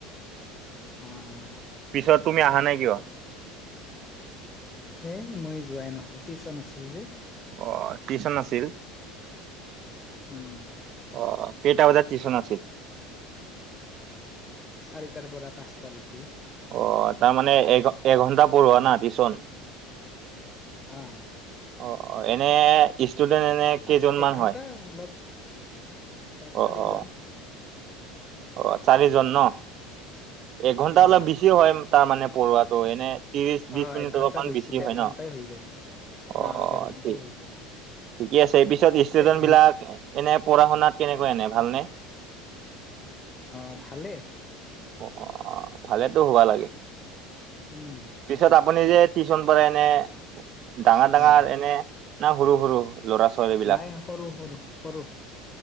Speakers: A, on the left; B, on the right.
A: অ'।
B: পিছত তুমি আহা নাই কিয়।
A: এই মই যোৱাই নহ'ল টিউচন আছিল যে।
B: অ টিউচন আছিল।
A: উম।
B: অ কেইটা বজাত টিউচন আছিল?
A: চাৰিটাৰ পৰা পাঁচটালৈকে।
B: অ' তাৰমানে এঘ এঘণ্টা পঢ়োৱা না টিচন?
A: অ'।
B: অ' অ' এনে ইছ ষ্টুডেন্ট এনে
A: পাঁচ
B: কেইজনমান
A: এক ঘণ্টা
B: হয়?
A: অলপ চাৰিজন।
B: অ' অ'। অ' চাৰিজন ন। একঘণ্টা
A: উম।
B: অলপ বেছি হয় তাৰমানে পঢ়োৱাটো এনে ত্ৰিছ বিশ
A: অ',
B: মিনিট
A: এক ঘণ্টা
B: অলপমান বেছি
A: ডেৰ
B: হয় ন?
A: ঘণ্টাই হৈ যায়।
B: অ' অ'
A: ডেৰ ঘণ্টাই
B: ঠিক ঠিকে
A: হৈ যায়।
B: আছে। পিছত ষ্টুডেন্ট
A: এক ঘণ্ট
B: বিলাক এনে পঢ়া শুনাত কেনেকোৱা এনে ভাল নে?
A: অ' ভালেই।
B: অ' অ' ভালেতো হবা লাগে।
A: উম।
B: পিছত আপুনি যে টিউচন পঢ়াই এনে ডাঙৰ ডাঙৰ
A: অ',
B: এনে না সৰু সৰু? ল'ৰা ছোৱালী বিলাক
A: নাই সৰু সৰু সৰু।